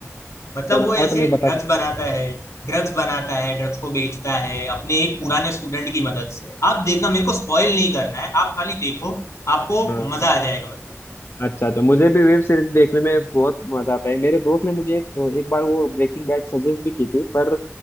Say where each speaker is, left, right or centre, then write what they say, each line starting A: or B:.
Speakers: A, on the left; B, on the left.
A: मतलब
B: थोड़ा
A: वो
B: शॉर्ट
A: ऐसे
B: में बता
A: ड्रग्स
B: सकते
A: बनाता
B: हो
A: है ड्रग्स बनाता है ड्रग्स को बेचता है अपने एक पुराने स्टूडेंट की मदद से आप देखना मेरे को स्पॉइल नहीं करना है आप खाली देखो आपको
B: हाँ
A: मजा आ जाएगा मतलब
B: अच्छा अच्छा मुझे भी वेब सीरीज देखने में बहुत मजा आता है मेरे दोस्त ने मुझे एक, एक बार वो ब्रेकिंग बैड सजेस्ट भी की थी पर